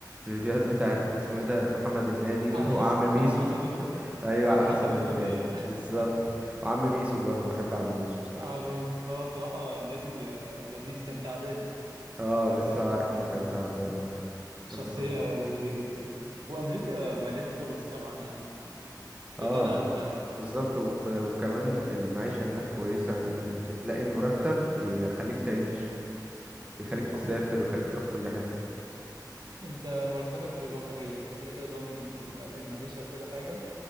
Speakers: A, on the right; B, on the right.
A: الفيديوهات بتاعت اسمه إيه ده محمد النادي
B: على
A: <laughs> وعم
B: حسب
A: ميسو
B: على حسب
A: <laughs>
B: الو...
A: أيوة
B: على
A: على
B: حسب
A: حسب
B: الولايه
A: الولاية بالظبط
B: <laughs>
A: وعم ميسو برضه بحب عم ميسو بصراحة
B: عميس هو صراحه نادي آه، لذيذ كان تعبان
A: اه
B: كان
A: لسه
B: منزل
A: عارف
B: انه تعبان
A: إنه كان تعبان
B: مم.
A: اه
B: شخصيه
A: ربنا يشفيه
B: لذيذه جدا وامريكا مليانه فرص طبعا يعني في
A: اه
B: غنى عن التعريف
A: بالظبط وف- وكمان المعيشة هناك كويسة يعني بتلاقي المرتب يخليك تعيش ويخليك
B: صح
A: تسافر ويخليك تروح كل حتة
B: انت مرتبك للرفاهيه انت كده كده ضامن ال- المعيشه وكل حاجه